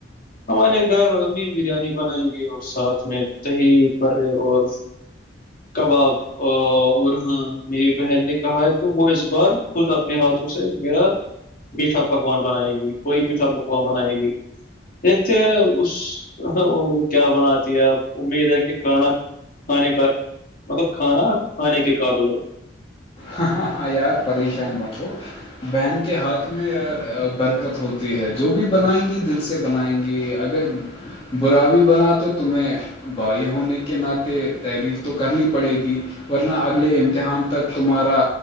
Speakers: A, on the left (about 45°); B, on the left (about 30°).
A: ہمارے گھر امی بریانی بنائیں گے اور ساتھ میں دہی پرے اور کباب اور اور ہاں میری بہن نے کہا ہے کہ وہ اس بار خود اپنے ہاتھوں سے میرا میٹھا پکوان بنائے گی کوئی میٹھا پکوان بنائے گی دیکھتے ہیں اس وہ کیا بناتی ہے آپ امید ہے کہ کھانا کھانے کا مطلب کھانا کھانے کے قابلوں
B: ہاں ہ ہاں یار پریشان مت ہو بہن کے ہاتھ میں یار برکت ہوتی ہے جو بھی بنائیں گی دل سے سے بنائیں گی اگر برا بھی بنا تو تمہیں بھائی ہونے کے ناطے تعریف تو کرنی پڑے گی ورنہ اگلے امتحان تک تمہارا